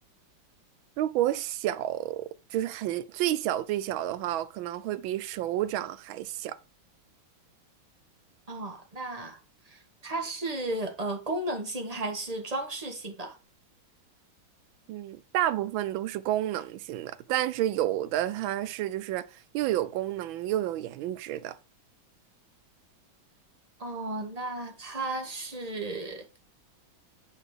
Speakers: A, on the right; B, on the right.
A: 如果小，就是很最小最小的话，我可能会比手掌还小。
B: 哦，那它是呃功能性还是装饰性的？
A: 嗯，大部分都是功能性的，但是有的它是就是又有功能又有颜值的。
B: 哦，那它是